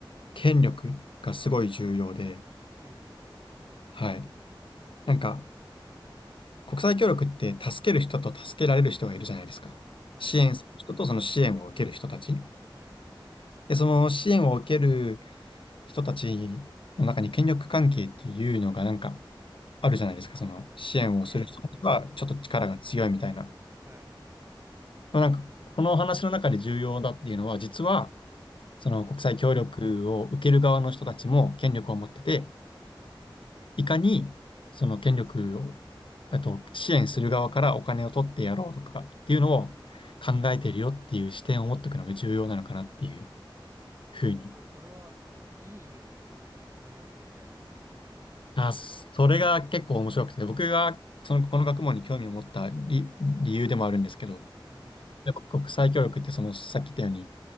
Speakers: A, on the left; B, on the right.
A: 権力がすごい重要で、
B: 権力。
A: はい。なんか、国際協力って助ける人と助けられる人がいるじゃないですか。
B: はい。
A: 支援する人とその支援を受ける人たち。
B: はい。
A: で、その支援を受ける人たちの中に権力関係っていうのがなんかあるじゃないですか。その支援をする人たちはちょっと力が強いみたいな。
B: 利権。はい。はい。
A: まあなんかこのお話の中で重要だっていうのは、実はその国際協力を受ける側の人たちも権力を持ってて、いかにその権力を、あと支援する側からお金を取ってやろうとかっていうのを考えてるよっていう視点を持っておくのが重要なのかなっていうふうに
B: なるほどそれは、いい意味でですかお金を取ってやろうっていうのは。
A: あ、それが結構面白くて、僕がその、この学問に興味を持った理、理由でもあるんですけど、
B: うん。
A: やっぱ国際協力ってその、さっき言ったように、